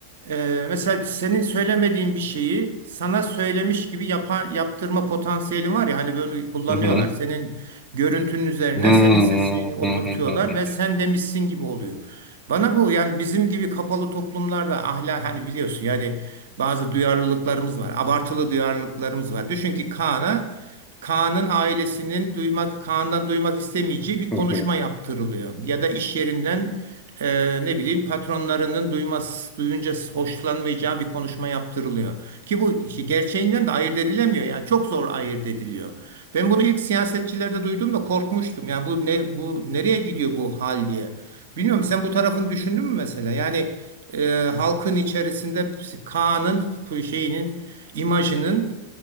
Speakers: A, on the right; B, in the centre.
A: e, mesela senin söylemediğin bir şeyi sana söylemiş gibi yapan yaptırma potansiyeli var ya hani bunu kullanıyorlar.
B: Hı hı.
A: Senin görüntünün üzerine
B: Hmm,
A: senin sesini oturtuyorlar
B: hı hı hı
A: ve sen demişsin gibi oluyor. Bana bu yani bizim gibi kapalı toplumlarda ahlak hani biliyorsun yani bazı duyarlılıklarımız var. Abartılı duyarlılıklarımız var. Düşün ki Kaan'a Kaan'ın ailesinin duymak Kaan'dan duymak istemeyeceği bir konuşma
B: hı hı.
A: yaptırılıyor. Ya da iş yerinden e, ne bileyim patronlarının duyması duyunca hoşlanmayacağı bir konuşma yaptırılıyor. Ki bu işi gerçeğinden de ayırt edilemiyor. Yani çok zor ayırt ediliyor. Ben bunu ilk siyasetçilerde duyduğumda korkmuştum. Yani bu ne bu nereye gidiyor bu hal diye. Bilmiyorum sen bu tarafını düşündün mü mesela? Yani e, halkın içerisinde Kaan'ın bu şeyinin imajının